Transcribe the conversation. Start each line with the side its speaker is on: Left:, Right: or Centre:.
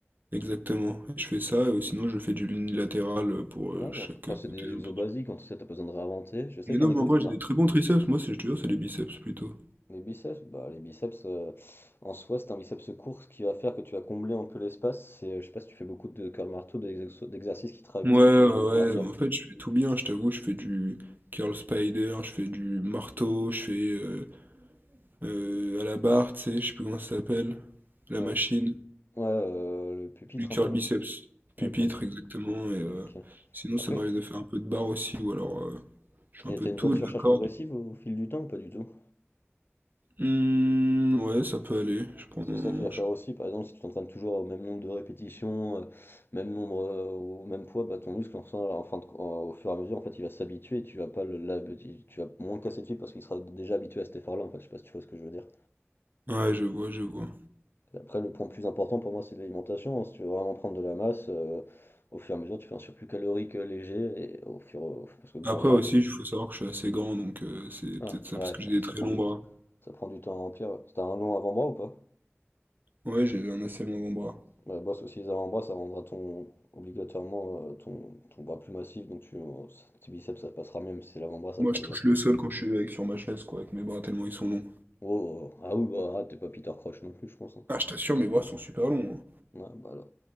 Right: Exactement. Et Je fais ça, euh, sinon je fais du unilatéral euh, pour
Left: Ouais,
Right: euh, chaque
Left: bon, après
Right: côté
Left: c'est des exos
Right: un peu.
Left: basiques, en tout cas t'as pas besoin de réinventer. Je sais
Right: Mais
Left: qu'un
Right: non,
Left: exo
Right: mais en vrai,
Left: qui
Right: j'ai
Left: marque
Right: des très bons triceps. Moi, c'est, je te jure, c'est les biceps plutôt.
Left: les biceps, bah les biceps euh, en soi c'est un biceps court, ce qui va faire que tu vas combler un peu l'espace. C'est, euh, je sais pas si tu fais beaucoup de curl marteau, des exo- d'exercices qui travaillent
Right: Ouais,
Left: beaucoup
Right: ouais,
Left: ton brachial.
Right: ouais. En fait, je fais tout bien, je t'avoue. Je fais du curl spider, je fais du marteau, je fais euh, euh, à la barre, tu sais, je sais plus comment ça s'appelle. La
Left: Ouais,
Right: machine,
Left: ouais, ouais, euh, le pupitre
Right: du curl
Left: un peu là.
Right: biceps, pupitre,
Left: Ouais, curl biceps.
Right: exactement. Et, euh,
Left: Ok.
Right: sinon,
Left: Après,
Right: ça m'arrive de faire un peu de barre aussi, ou alors euh, je fais
Left: et
Right: un peu
Left: t'as
Right: de
Left: une
Right: tout,
Left: bonne surcharge
Right: de la corde.
Left: progressive au fil du temps ou pas du tout?
Right: Hmm, ouais, ça peut aller. Je prends.
Left: C'est ça qui va faire
Right: je-
Left: aussi, par exemple, si tu t'entraînes toujours au même nombre de répétitions, euh, même nombre, euh, au même poids, bah, ton muscle, en fin- en fin de- en- au fur et à mesure, en fait, il va s'habituer et tu vas pas le, la- tu tu vas moins le casser de fil parce qu'il sera déjà habitué à cet effort-là, en fait, je sais pas si tu vois ce que je veux dire.
Right: Ouais, je vois, je vois.
Left: Après, le point le plus important pour moi, c'est l'alimentation. hein. Si tu veux vraiment prendre de la masse, euh, au fur et à mesure, tu fais un surplus calorique euh, léger et au fur, au- parce que pour
Right: Après
Left: moi,
Right: aussi,
Left: fa-
Right: il faut savoir que je suis assez grand, donc euh, c'est
Left: ah,
Right: peut-être ça
Left: ouais,
Right: parce que j'ai
Left: bah,
Right: des
Left: ça
Right: très
Left: prend
Right: longs
Left: du,
Right: bras.
Left: ça prend du temps à remplir. T'as un long avant-bras ou pas?
Right: Ouais, j'ai un assez long bras.
Left: Ouais, bosse aussi les avant-bras, ça rendra ton obligatoirement euh, ton, ton bras plus massif, donc tu, euh, tes biceps ça passera mieux, mais si c'est l'avant-bras ça
Right: Moi,
Left: fera
Right: je
Left: déjà
Right: touche
Left: plus.
Right: le sol
Left: euh.
Right: quand je suis avec sur ma chaise, quoi, avec mes bras tellement ils sont longs.
Left: Oh, euh, ah oui, bah ah, t'es pas Peter Crouch non plus, je pense. hein.
Right: Ah, je t'assure, mes bras sont super longs.
Left: Ouais, bah, là.